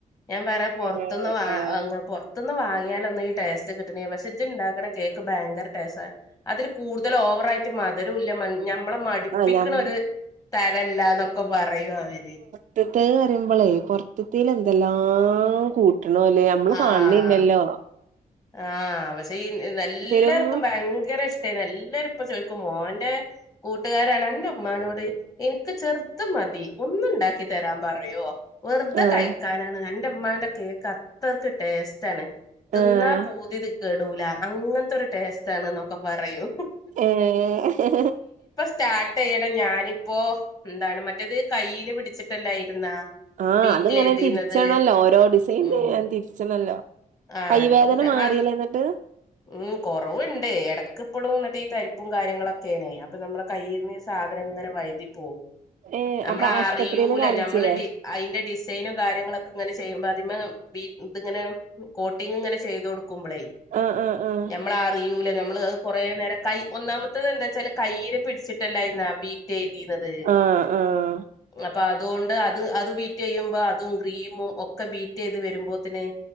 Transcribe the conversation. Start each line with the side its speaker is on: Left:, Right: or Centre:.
Left: ഞാൻ വേറെ പുറത്തുനിന്ന്
Right: ആഹ്
Left: വാങ്ങ
Right: ആഹ്
Left: മത്തുന്ന് വാങ്ങിയാ ഒന്ന് ഈ ടേസ്റ്റ് കിട്ടണില്ല പക്ഷെ ഇജിണ്ടാക്കണ കേക്ക് ഭയങ്കര ടേസ്റ്റ്ണ് അതിൽ കൂടുതൽ ഓവറയിട്ട് മധരുല്ല ഞാൻ നമ്മള മടിപ്പിക്കണ
Right: ആഹ് ഞം
Left: ഒരു തരല്ല എന്നൊക്കെ പറയും അവര്
Right: ർതുതേ പറയുമ്പോളേ പൊറത്ത എന്തെല്ലാം കൂട്ടണല്ലേ നമ്മള്
Left: ആഹ്
Right: കാണില്ലല്ലോ
Left: ആഹ് പക്ഷേ ഈ നല്ലർക്കും
Right: പെരും
Left: ഭയങ്കര ഇഷ്ടമായി നല്ല ഇപ്പ ചോയ്ക്കും മോന്റെ കൂട്ടുകാരാണ് അൻ്റെ ഉമ്മാനോട് എനിക്ക് ചെർത് മതി ഒന്നുണ്ടാക്കി തരാൻ പറയോ വെറുതെ
Right: ആഹ്
Left: കയിക്കാനാണ് ന്റെമ്മാന്റെ കേക്ക് അത്രയ്ക്ക് ടേസ്റ്റാണ് തിന്നാ
Right: ആഹ്
Left: പുതിതി കേടൂല അങ്ങനത്തെൊ ഒരു ടേസ്റ്റ് ആണ് എന്നൊക്കെ പറയും
Right: ഏഹ്
Left: സ്റ്റാട്ട്യ്യണം ഞാനിപ്പോ എന്താണ് മറ്റേത് കയ്യില് പിടിച്ചിട്ടല്ലായിരുന്നാ
Right: ആഹ്
Left: ബീറ്റ്
Right: അത്ങ്ങനെ
Left: എഴുതിന്നത്
Right: തിരിച്ചണല്ലോ ഓരോ ഡിസൈൻ
Left: ഉം
Right: ചെയഞാൻ തിരിച്ചണല്ലോ
Left: ആഹ്
Right: കൈവേദന ങ്ങള് മാറിയല്ലേന്നിട്ട്
Left: അത് ഉം കുറവുണ്ട് ഇടക്ക്പ്പെടും എന്നിട്ട് ഈ തരിപ്പും കാര്യങ്ങളൊക്കെയാണ് അപ്പൊ നമ്മള് കയ്യിന്ന് സാധനം ഇങ്ങനെ വൈുതി പോവും
Right: ഏഹ്
Left: നമ്മളറിയൂല
Right: അപ്പൊ ആശുപത്രിയില് കാണിച്ചില്ലേ
Left: നമ്മളി ടി അയിന്റെ ഡിസൈനും കാര്യങ്ങളൊക്കെ ഇങ്ങനെ ചെയ്യുമ്പോ ആതിമീ ഇത്ങ്ങനെ കോട്ടിങ്ങ് ഇങ്ങനെ ചെയ്തൊടുക്കും ക്കുംബളൈ
Right: ആഹ് ആഹ് ആഹ്
Left: ഞമ്മള അറിയൂല നമ്മള് അത് കൊറേ നേരം കൈ ഒന്നാമത്തത് എന്താച്ചാല് കൈരെ പിടിച്ചിട്ടല്ലായിരുന്ന ബി റ്റെ എഴുതിന്നത്
Right: ആഹ് ആഹ്
Left: അപ്പ അതുകൊണ്ട് അത് അത് ബീറ്റ്യ്യുമ്പോ അതും ക്രീമും ഒക്കെ ബീറ്റ്യ്ത് വരുമ്പോത്തിനെ